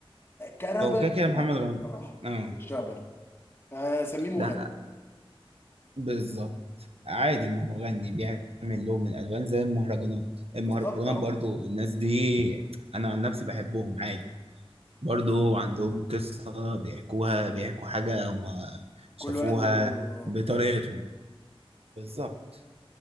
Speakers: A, on the left (about 25°); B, on the right (about 80°).
A: كرابر
B: هو كده كده
A: لا
B: محمد رمضان
A: بصراحه
B: اه
A: مش رابر آه سميه مغني
B: لا بالظبط عادي ما هو غني بيعمل لون من الالوان زي المهرجانات المهرجانات
A: بالظبط اه
B: برضو الناس دي انا عن نفسي بحبهم عادي برضو عندهم قصة بيحكوها بيحكوا حاجة هما شافوها
A: كل واحد ولونه اه
B: بطريقتهم بالظبط